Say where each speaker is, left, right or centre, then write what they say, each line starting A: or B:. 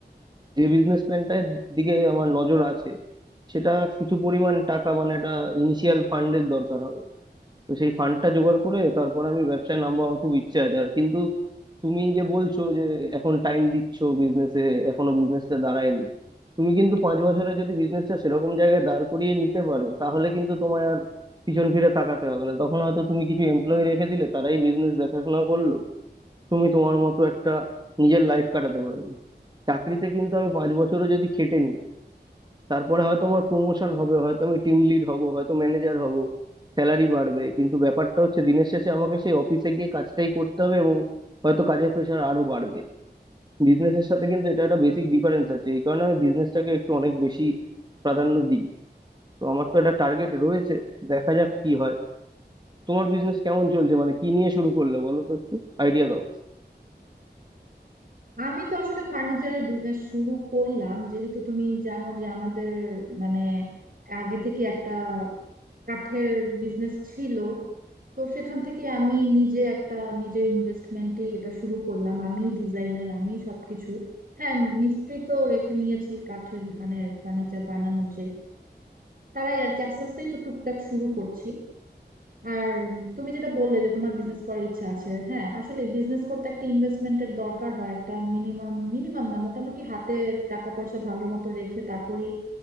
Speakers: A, on the right; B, on the right.
A: যে বিজনেস প্ল্যানটার দিকে আমার নজর আছে সেটা কিছু পরিমাণ টাকা মানে একটা ইনিশিয়াল ফান্ডের দরকার হবে তো সেই ফান্ডটা জোগাড় করে তারপর আমি ব্যবসায় নামবো আমার খুব ইচ্ছে আছে আর কিন্তু তুমি যে বলছো যে এখন টাইম দিচ্ছ বিজনেসে এখনো বিজনেসটা দাঁড়ায়নি তুমি কিন্তু পাঁচ বছরে যদি বিজনেসটা সেরকম জায়গায় দাঁড় করিয়ে নিতে পারো তাহলে কিন্তু তোমায় আর পিছন ফিরে তাকাতে হবে না তখন হয়তো তুমি কিছু এমপ্লয়ি রেখে দিলে তারাই বিজনেস দেখাশোনা করলো তুমি তোমার মতো একটা নিজের লাইফ কাটাতে পারবে চাকরিতে কিন্তু আমি পাঁচ বছরও যদি খেটে নিই তারপরে হয়তো আমার প্রমোশন হবে হয়তো আমি টিম লিড হব হয়তো ম্যানেজার হব স্যালারি বাড়বে কিন্তু ব্যাপারটা হচ্ছে দিনের শেষে আমাকে সেই অফিসে গিয়ে কাজটাই করতে হবে এবং হয়তো কাজের প্রেশার আরো বাড়বে বিজনেসের সাথে কিন্তু এটা একটা বেসিক ডিফারেন্স আছে এই কারণে আমি বিজনেসটাকে একটু অনেক বেশি প্রাধান্য দিই তো আমার তো একটা টার্গেট রয়েছে দেখা যাক কি হয় তোমার বিজনেস কেমন চলছে মানে কি নিয়ে শুরু করলে বলো তো একটু আইডিয়া দাও
B: আমি তো আসলে ফার্নিচারের বিজনেস শুরু করলাম যেহেতু তুমি জানো যে আমাদের মানে আগে থেকে একটা কাঠের বিজনেস ছিল তো সেখান থেকে আমি নিজে একটা নিজের ইনভেস্টমেন্টে এটা শুরু করলাম আমি ডিজাইনার আমি সবকিছু হ্যাঁ মিস্ত্রি তো রেখে নিয়েছি কাঠের মানে ফার্নিচার বানানোর যে তারাই আর কি আস্তে আস্তেই তো টুকটাক শুরু করছি আর তুমি যেটা বললে যে তোমার বিজনেস করার ইচ্ছা আছে হ্যাঁ আসলে বিজনেস করতে একটা ইনভেস্টমেন্টের দরকার হয় একটা মিনিমাম মিনিমাম না মোটামুটি হাতে টাকা পয়সা ভালো মতো রেখে তারপরেই